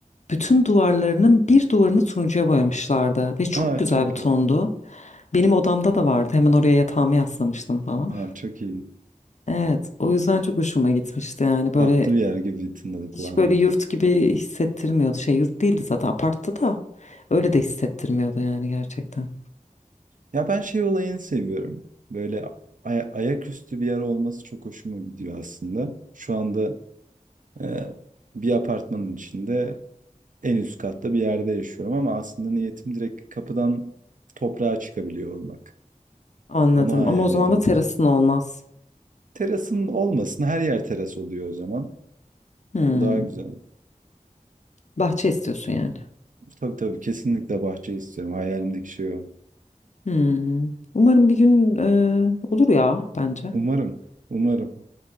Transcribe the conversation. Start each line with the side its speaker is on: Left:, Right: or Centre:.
Left: bütün duvarlarının bir duvarını turuncuya boyamışlardı. Ve çok
Right: Aa
Left: güzel
Right: çok
Left: bir tondu.
Right: iyi.
Left: Benim odamda da vardı. Hemen oraya yatağımı yaslamıştım falan.
Right: Aa çok iyi.
Left: Evet, o yüzden çok hoşuma gitmişti yani. Böyle
Right: Tatlı bir yer gibi tınladı kulağıma.
Left: hiç böyle yurt gibi hissettirmiyordu. Şey yurt değildi zaten aparttı da. Öyle de hissettirmiyordu yani gerçekten.
Right: Ya ben şey olayını seviyorum. Böyle ay- ayaküstü bir yer olması çok hoşuma gidiyor aslında. Şu anda e, bir apartmanın içinde En üst katta bir yerde yaşıyorum ama aslında niyetim direkt kapıdan toprağa çıkabiliyor olmak.
Left: Anladım
Right: Onu hayal
Left: ama o zaman
Right: ediyorum.
Left: da terasın olmaz.
Right: Terasın olmasın, her yer teras oluyor o zaman.
Left: Hmm.
Right: O daha güzel.
Left: Bahçe istiyorsun yani.
Right: Tabii tabii kesinlikle bahçe istiyorum. Hayalimdeki şey o.
Left: Hmm. Umarım bir gün e, olur ya bence.
Right: Umarım, umarım.